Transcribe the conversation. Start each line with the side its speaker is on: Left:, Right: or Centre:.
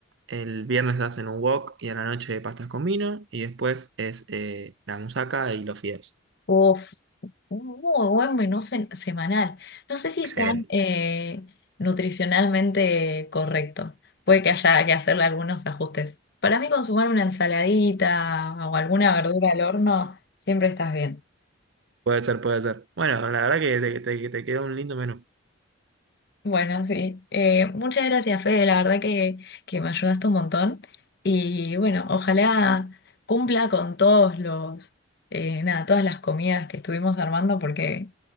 Right: El viernes hacen un wok y a la noche pastas con vino. Y después es eh, la musaca y los fideos.
Left: Uf, un muy buen menú se- semanal. No sé si
Right: Excelente.
Left: es tan eh, nutricionalmente correcto. Puede que haya que hacerle algunos ajustes. Para mí, consumar una ensaladita o alguna verdura al horno, siempre estás bien.
Right: Puede ser, puede ser. Bueno, la verdad que te, te- te quedó un lindo menú.
Left: Bueno, sí. Eh, muchas gracias, Fede. La verdad que, que me ayudaste un montón. Y bueno, ojalá cumpla con todos los, eh, nada, todas las comidas que estuvimos armando porque